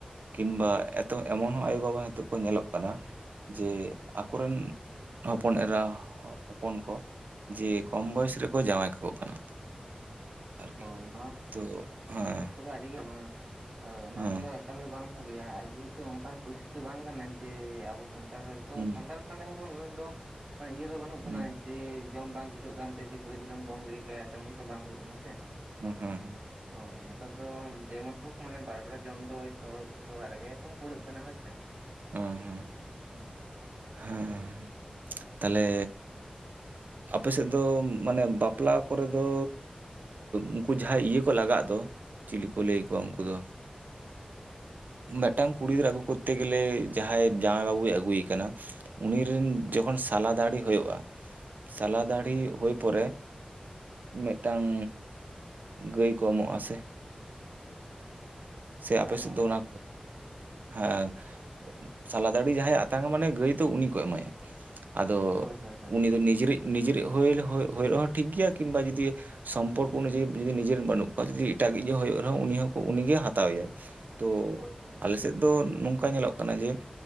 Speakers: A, on the right; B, on the right.
A: ᱠᱤᱢᱵᱟ
B: ᱦᱩᱸ
A: ᱮᱛᱚ ᱮᱢᱚᱱ ᱦᱚᱸ ᱟᱭᱚ ᱵᱟᱵᱟ ᱦᱤᱛᱚᱜ ᱠᱚ ᱧᱮᱞᱚᱜ ᱠᱟᱱᱟ ᱡᱮ ᱟᱠᱚᱨᱤᱱ ᱦᱚᱯᱚᱱ ᱮᱨᱟ ᱦᱚᱯᱚᱱ ᱠᱚ ᱡᱮ ᱠᱚᱢ ᱵᱚᱭᱮᱥ ᱨᱮᱠᱚ ᱡᱟᱶᱟᱭ ᱠᱟᱠᱚ ᱠᱟᱱᱟ᱾ ᱟᱨᱠᱤ
B: ᱦᱚᱭ ᱱᱚᱣᱟ
A: ᱛᱚ ᱦᱮᱸ
B: ᱠᱚᱫᱚ ᱟᱹᱰᱤ ᱜᱮ ᱱᱚᱣᱟ ᱦᱚᱭ ᱚᱱᱟ
A: ᱦᱮᱸ
B: ᱠᱚᱫᱚ ᱮᱠᱟᱞᱜᱮ ᱵᱟᱝ ᱵᱷᱟᱹᱜᱤᱭᱟ ᱟᱨ ᱡᱮᱦᱮᱛᱩ ᱚᱱᱠᱟᱱ ᱯᱚᱨᱤᱥᱛᱷᱤᱛᱤ ᱫᱚ ᱵᱟᱝ ᱠᱟᱱᱟ ᱡᱮ ᱟᱵᱚ ᱥᱟᱱᱛᱟᱲ ᱛᱚ
A: ᱦᱩᱸ
B: ᱥᱟᱱᱛᱟᱲ ᱠᱟᱱ ᱨᱮᱦᱚᱸ ᱵᱚᱱ ᱩᱱᱟᱹᱜ ᱫᱚ ᱢᱟᱱᱮ ᱤᱭᱟᱹ ᱫᱚ ᱵᱟᱹᱱᱩᱜ ᱵᱚᱱᱟ
A: ᱦᱩᱸ
B: ᱡᱮ ᱡᱚᱢ ᱵᱟᱝ ᱡᱩᱛᱩᱟᱹᱜ ᱠᱟᱱ ᱛᱮ ᱡᱮ ᱠᱩᱲᱤ ᱜᱤᱫᱽᱨᱟᱹᱢ ᱜᱚᱝ ᱜᱤᱰᱤ ᱠᱟᱭᱟ ᱛᱮᱢᱚᱱ ᱛᱚ ᱵᱟᱝ ᱦᱩᱭᱩᱜᱭ ᱠᱟᱱᱟ ᱥᱮ᱾
A: ᱦᱩᱸ ᱦᱮᱸ ᱾
B: ᱦᱚᱭ ᱱᱮᱛᱟᱨ ᱫᱚ ᱡᱮᱢᱚᱱ ᱦᱳᱠ ᱢᱟᱱᱮ ᱵᱟᱨ ᱵᱮᱲᱟ ᱡᱚᱢ ᱫᱚ ᱡᱚᱛᱚ ᱦᱚᱲ ᱡᱷᱚᱛᱚ ᱚᱲᱟᱜ ᱨᱮᱜᱮ ᱵᱚᱱ ᱠᱩᱲᱟᱹᱜ ᱠᱟᱱᱟ ᱦᱚᱭ ᱥᱮ᱾
A: ᱦᱮᱸ ᱦᱩᱸ᱾
B: <unintelligible>
A: ᱦᱮᱸ ᱛᱟᱦᱚᱞᱮ ᱟᱯᱮ ᱥᱮᱫ ᱫᱚ ᱢᱟᱱᱮ ᱵᱟᱯᱞᱟ ᱠᱚᱨᱮ ᱫᱚ ᱩᱱᱠᱩ ᱡᱟᱦᱟᱸᱭ ᱤᱭᱟᱹ ᱠᱚ ᱞᱟᱜᱟᱜ ᱫᱚ, ᱪᱤᱞᱤ ᱠᱚ ᱞᱟᱹᱭ ᱟᱠᱚᱣᱟ ᱩᱱᱠᱩ ᱫᱚ? ᱢᱮᱫᱴᱟᱝ ᱠᱩᱲᱤ ᱜᱤᱫᱽᱨᱟᱹ ᱟᱜᱩ ᱠᱚᱨᱛᱮ ᱜᱮᱞᱮ ᱡᱟᱦᱟᱸᱭ ᱡᱟᱶᱟᱭ ᱵᱟᱹᱵᱩᱭ ᱟᱹᱜᱩᱭᱮ ᱠᱟᱱᱟ᱾ ᱩᱱᱤ ᱨᱤᱱ ᱡᱚᱠᱷᱚᱱ ᱥᱟᱞᱟ ᱫᱟᱲᱦᱤ ᱦᱩᱭᱩᱜ-ᱟ, ᱥᱟᱞᱟ
B: ᱟᱪᱪᱷᱟ
A: ᱫᱟᱲᱦᱤ
B: ᱟᱪᱪᱷᱟ
A: ᱦᱩᱭ ᱯᱚᱨᱮ ᱢᱤᱫᱴᱟᱝ ᱜᱟᱹᱭ ᱠᱚ ᱮᱢᱚᱜ-ᱟ ᱥᱮ᱾ ᱥᱮ
B: ᱠᱚ
A: ᱟᱯᱮ
B: ᱮᱢᱚᱜᱼᱟ
A: ᱥᱮᱫ ᱫᱚ ᱚᱱᱟ
B: ᱥᱮ
A: ᱦᱮᱸ ᱥᱟᱞᱟ ᱫᱟᱲᱦᱤ ᱡᱟᱦᱟᱸᱭᱮ ᱟᱛᱟᱝᱟ ᱢᱟᱱᱮ ᱜᱟᱹᱭ ᱫᱚ ᱩᱱᱤ ᱠᱚ ᱮᱢᱟᱭᱟ᱾ ᱟᱫᱚ
B: ᱦᱳᱭ ᱦᱳᱭ ᱦᱳᱭ
A: ᱩᱱᱤ ᱫᱚ ᱱᱤᱡᱮᱨᱤᱡ ᱱᱤᱡᱮᱨᱤᱡ ᱦᱩᱭ ᱦᱩᱭ ᱨᱮᱦᱚᱸ ᱴᱷᱤᱠ ᱜᱮᱭᱟ ᱠᱤᱝᱵᱟ ᱡᱩᱫᱤᱣ ᱥᱚᱢᱯᱚᱨᱠᱚ ᱚᱱᱩᱡᱟᱭᱤ ᱡᱩᱫᱤ ᱱᱤᱡᱮᱨ ᱨᱮᱱ ᱵᱟᱹᱱᱩᱜ ᱠᱚᱣᱟ, ᱡᱩᱫᱤ ᱮᱴᱟᱜᱤᱡ ᱦᱚ ᱦᱩᱭᱩᱜ ᱨᱮᱦᱚᱸ ᱩᱱᱤ ᱦᱚᱸᱠᱚ ᱩᱱᱤᱜᱮ ᱦᱟᱛ ᱛᱟᱣᱮᱭᱟᱭ᱾ ᱛᱚ
B: ᱦᱳᱭ ᱦᱳᱭ
A: ᱟᱞᱮᱥᱮᱫ
B: ᱦᱳᱭ
A: ᱫᱚ ᱱᱚᱝᱠᱟ ᱧᱮᱞᱚᱜ ᱠᱟᱱᱟ ᱡᱮ